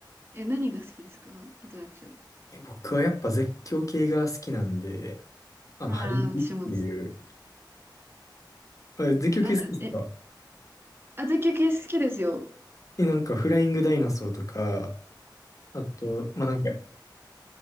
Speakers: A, on the right; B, on the left.
A: え、何が好きですかアトラクション。
B: え僕はやっぱ絶叫系が好きなんで、あの、
A: ああ、
B: ハリリっていう。
A: 私もです。
B: あれ、絶叫系好きですか
A: あ、え、あたきゅき好きですよ。
B: え、なんかフライングダイナソーとか、あと、まあ、なんか、